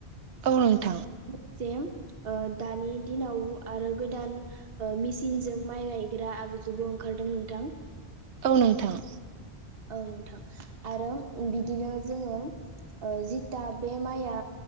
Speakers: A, on the right; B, on the right.
A: औ नोंथां।
B: <unintelligible> ओ दानि दिनाव आरो गोदान ओ मिसिनजों माइ गायग्रा आग जुबो ओंखारदों नोंथां।
A: औ नोंथां।
B: औ नोंथां आरो बिदिनो जोङो जिथा बे माइआ